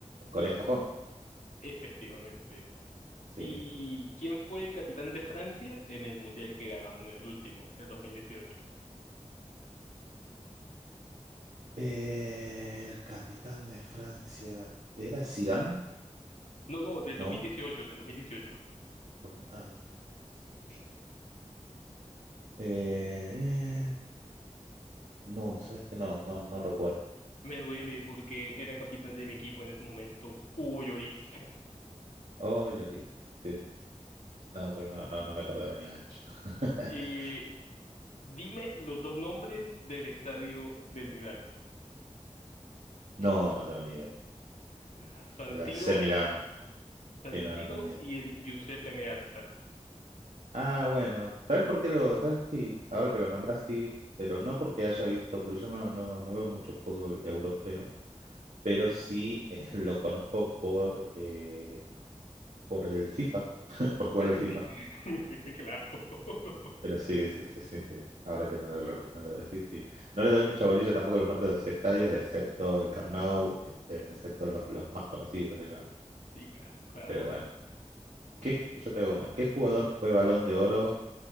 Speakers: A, on the right (about 75°); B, on the left (about 85°).
A: Corea-Japón.
B: Efectivamente.
A: Sí,
B: ¿Y
A: sí, sí.
B: quién fue el capitán de Francia en el mundial que ganaron en el último, el dos mil dieciocho
A: Eh, el capitán de Francia. ¿Era Zidane?
B: No, no, del
A: No.
B: dos mil dieciocho, del 2018.
A: Dos- Ah, 2018. Eh, no, sabes que no, no, no recuerdo.
B: Me duele porque era capitán de mi equipo en ese momento, Hugo Lloris. <laughs>
A: Oh, Lloris. Sí, sí, No, pero no, no, no me acordaba ni a gancho. <laughs>
B: Eh, dime los dos nombres del estadio del Milán.
A: No, no tengo ni idea.
B: Ah, San
A: El
B: Siro,
A: AC Milan.
B: San
A: Sí, no,
B: Siro
A: no tengo ni idea.
B: y el Giuseppe Meazza.
A: Ah, bueno. ¿Sabes por qué lo...? ¿Sabes? Sí, ahora que lo nombras, sí, pero no porque haya visto, porque yo no, no, no veo mucho fútbol europeo, pero sí eh, <laughs> lo conozco por, eh, por el FIFA, <laughs> por jugar
B: <laughs>
A: el FIFA.
B: Claro.
A: Pero sí, sí, sí, sí, sí. Ahora que me lo, re- me lo decís, sí. No le doy mucha bolilla tampoco a los nombres de los estadios, excepto el Camp Nou, este, excepto los, los más conocidos, digamos.
B: Sí, claro, claro.
A: Pero bueno. ¿Qué, yo te hago una. ¿Qué jugador fue Balón de Oro